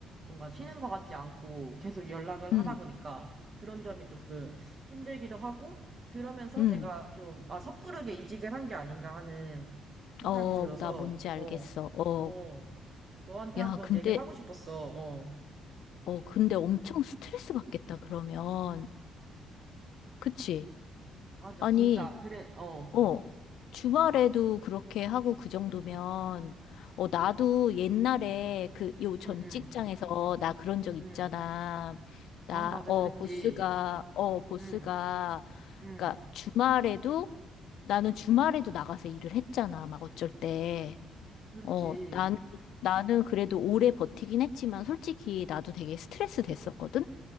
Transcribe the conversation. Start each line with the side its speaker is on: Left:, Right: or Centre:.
Right: 뭔가 쉬는 것 같지 않고 계속 연락을
Left: 음.
Right: 하다 보니까 그런 점이 조금 힘들기도 하고 그러면서
Left: 음.
Right: 내가 좀, 아, 섣부르게 이직을 한 게 아닌가 하는 생각이
Left: 어,
Right: 들어서,
Left: 나 뭔지 알겠어.
Right: 어,
Left: 어,
Right: 어, 너한테
Left: 야,
Right: 한번
Left: 근데,
Right: 얘기를 하고 싶었어, 어.
Left: 어, 근데 엄청 스트레스 받겠다, 그러면. 그치?
Right: 맞아,
Left: 아니,
Right: 진짜, 그래, 어.
Left: 어, 주말에도 그렇게 하고 그 정도면, 어, 나도 옛날에 그, 요
Right: 응,
Left: 전
Right: 응,
Left: 직장에서 나 그런 적 있잖아.
Right: 응. 아,
Left: 나,
Right: 맞아,
Left: 어,
Right: 그랬지.
Left: 보스가, 어, 보스가,
Right: 응, 응.
Left: 그니까 주말에도, 나는 주말에도 나가서 일을 했잖아, 막 어쩔 때.
Right: 그렇지.
Left: 어, 나는, 나는 그래도 오래 버티긴 했지만 솔직히 나도 되게 스트레스 됐었거든?